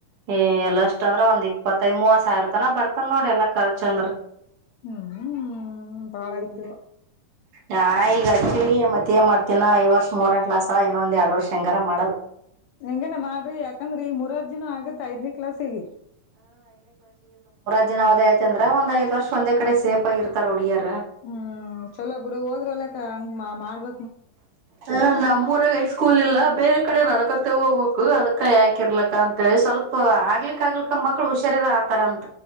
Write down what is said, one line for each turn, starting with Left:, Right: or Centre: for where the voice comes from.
Right: ಹ ಎಲ್ಲ ಅಷ್ಟ ಅಂದ್ರ ಒಂದ್ ಇಪ್ಪತ್ತೈ ಮೂವತ್ ಸಾವಿರ ತನ ಬರ್ತನ್ ನೋಡಿ ಎಲ್ಲಾ ಖರ್ಚ ಅಂದ್ರ
Left: ಹ್ಮ್ ಬಾಳ
Right: ಹ್ಮ
Left: ಐತಿವ
Right: ನಾ ಈಗಚ್ಚ ಮತ್ತೆ ಮಾಡ್ತಿನಾ ಐ್ ವರ್ಷ ಮೂರನೇ ಕ್ಲಾಸ್ ಇನ್ನೊ ಒಂದ ಎರಡ್ ವರ್ಷ ಹಂಗಾರ ಮಾಡ್
Left: ಹೆಂಗನ ಮಾಡ್ರಿ ಯಾಕಂದ್ರಿ ಈ ಮೂರಾರ ಜನ ಆಗತ್ತ ಐದನೇ ಕ್ಲಾಸ್ ಹೀಗ
Right: ವದಯ್ತಂದ್ರ ಒಂದ ಐ್ ವರ್ಷ ಒಂದ ಕಡೆ ಸೇಫ ಆಗಿರ್ತಾರೆ ಹುಡುಗಿಯರು
Left: ಹ್ಮ್ ಚಲೋ ಬಿಡು ಹೋದ್ರ ಒಲ್ಲಕ್ಕ ಹಂಗ ಮಾ ಮಾಡ್ಬ
Right: ಹ ನಮ್ಮೂರಾಗ ಹೈಸ್ಕೂಲ್ ಇಲ್ಲ ಬೇರೆ ಕಡೆ ನಡ್ಕತ್ತ ಹೋಗ್ಬೇಕು ಅದಕ್ಕ ಯಾಕಿರ್ಲಕ್ಕ ಅಂತ್ ಹೇಳಿ ಸ್ವಲ್ಪ ಆಗ್ಲಿಕ್ ಆಗ್ಲಿಕ್ಕ ಮಕ್ಳು ಹುಷಾರರ ಆತರ ಅಂತ